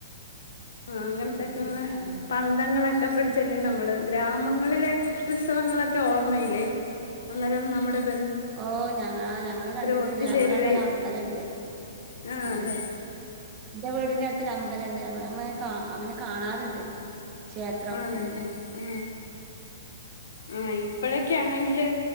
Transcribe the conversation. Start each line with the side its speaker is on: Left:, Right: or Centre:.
Left: ആ അങ്ങനത്തൊക്കെയൊള്ള
Right: ഓക്കെ ആഹ്
Left: പന്തങ്ങള് ക്കെ പിടി ച്ചല്ലേ നമ്മള് ഗ്രാമങ്ങളിലെ ത്സവങ്ങളൊക്കെ ക്കെ ഓർമ്മയില്ലേ അന്നേരം നമ്മടെ
Right: ഓഹ് ഞങ്ങ ഞങ്ങള് കണ്ടിട്ടുണ്ട്
Left: ഒത്തുചേരുകയും
Right: ഞങ്ങളടെ ഒരമ്പലണ്ട്
Left: ആ
Right: ആഹ്
Left: അതെ
Right: ന്റെ വീടിന്റടുത് ത്തിരി അമ്പലുണ്ട് ഞങ്ങള് ഞങ്ങളങ്ങനെ കാ അങ്ങനെ കാണാറുണ്ട് ക്ഷേത്രം.
Left: ആണല്ലേ
Right: ഉം.
Left: ആ ആ ഇപ്പോഴ ക്കെയാണെങ്കില്